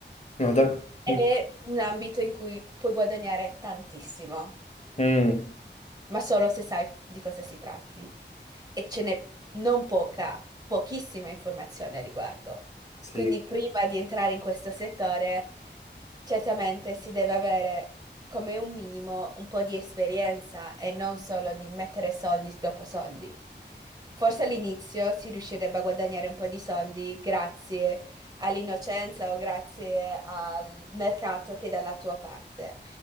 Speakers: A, on the left (about 35°); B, on the right (about 20°).
A: No, da-
B: è
A: mm,
B: un ambito in cui puoi guadagnare tantissimo,
A: mm,
B: ma solo se sai di cosa si tratti. E ce n'è non poca, pochissima informazione a riguardo.
A: sì,
B: Quindi prima di entrare in questo settore, certamente si deve avere come un minimo un po' di esperienza e non solo di mettere soldi dopo soldi. Forse all'inizio si riuscirebbe a guadagnare un po' di soldi grazie all'innocenza o grazie al mercato che è dalla tua parte,